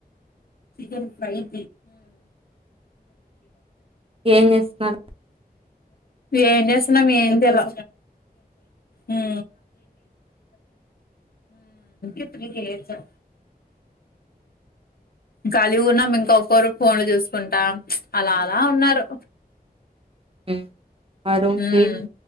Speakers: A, on the left (about 70°); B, on the right (about 35°).
A: చికెన్ ఫ్రై ఉ
B: ఇంకా ఏం చేస్తున్నారు,
A: ఏం చేస్తున్నం ఏ తెలా ఉ ఉ
B: <unintelligible>
A: కాలిగ ఉన్నాం ఇంక ఒక్కరు ఫోన్లు చూసుకుంటా అలా అలా ఉన్నారు.
B: <unintelligible> మా రూమ్
A: ఉమ్
B: టిమ్స్